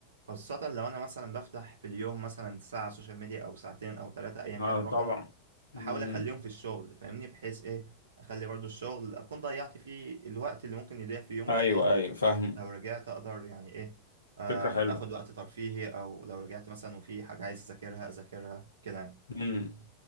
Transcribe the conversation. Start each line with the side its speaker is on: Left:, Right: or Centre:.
Right: خاصة لو أنا مثلا بفتح في اليوم مثلا ساعة سوشيال ميديا أو ساعتين أو ثلاثة أيا
Left: اه
Right: كان الرقم
Left: طبعا مم.
Right: أحاول أخليهم في الشغل فاهمني بحيث إيه أخلي برضو الشغل أكون ضيعت فيه الوقت اللي ممكن يضيع في يومي
Left: ايوه
Right: بحيث
Left: ايوه فاهم
Right: لو رجعت اقدر يعني ايه آم،
Left: فكرة حلوة
Right: اخد وقت ترفيهي او لو رجعت مثلا وفي حاجة عايز اذاكرها اذاكرها كده يعني
Left: مم.